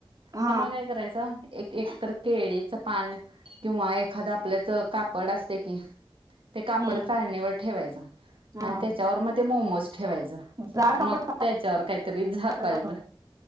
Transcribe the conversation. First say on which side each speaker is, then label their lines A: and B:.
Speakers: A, on the right; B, on the right.
A: हा
B: त्यामुळ काय करायचं एक एकतर केळीचं पान किंवा एखादं आपलेच कापड असते कि ते कापड
A: हम्म
B: चाळणीवर ठेवायचं आणि
A: हा
B: त्याच्यावर म ते मोमोज ठेवायचं
A: जाड कापड
B: मग
A: का
B: त्याच्यावर कायतरी झाकायला
A: पातळ कापड